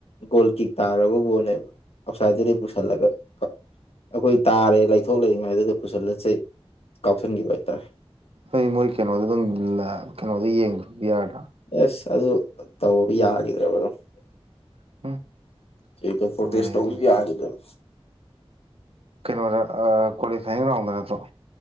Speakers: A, on the left; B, on the right.
A: ꯒꯣꯜ ꯀꯤꯛ ꯇꯥꯔꯕ ꯕꯣꯜꯅꯦꯕ ꯑꯥꯎꯠꯁꯥꯏꯗꯗꯤ ꯄꯨꯁꯤꯜꯂꯒ ꯑꯈꯣꯏ ꯇꯥꯔꯦ ꯂꯩꯊꯣꯛ ꯂꯩꯔꯤꯉꯥꯏꯗꯨꯗ ꯄꯨꯁꯜꯂꯁ ꯀꯥꯎꯁꯟꯈꯤꯕ ꯍꯥꯏꯇꯥꯔꯦ
B: ꯑꯣꯏ ꯃꯣꯏ ꯀꯩꯅꯣꯗ ꯑꯗꯨꯝ ꯀꯩꯅꯣꯗ ꯌꯦꯡꯗ ꯌꯥꯗ꯭ꯔꯥ
A: ꯑꯦꯁ ꯑꯗꯨ ꯇꯧ ꯌꯥꯈꯤꯗ꯭ꯔꯕ <unintelligible>
B: <unintelligible>
A: <unintelligible>
B: ꯎꯝ
A: ꯄ꯭ꯔꯣꯇꯦꯁ <unintelligible> ꯌꯥꯈꯤꯗꯕ
B: ꯀꯩꯅꯣꯔ ꯑ ꯀꯣꯂꯤꯐꯥꯢꯡ ꯔꯥꯎꯟꯗ ꯅꯠꯇꯣ